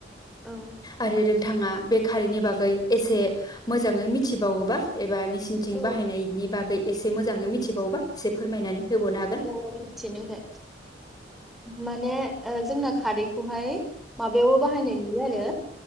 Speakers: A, in the centre; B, on the left.
A: औ
B: आरो नोंथाङा बे खारैनि बागै एसे मोजाङै मि मिथिबावोबा एबा सिनथिं
A: औ
B: बाहायनायनि बागै एसे मोजाङै मिथि मिथिबावबा एसे फोरमायनानै होबावनो हागोन
A: औ मिसे नोगो। माने ओ जोंना खारैखौहाय माबायावबो बाहायनाय नुयो आरो,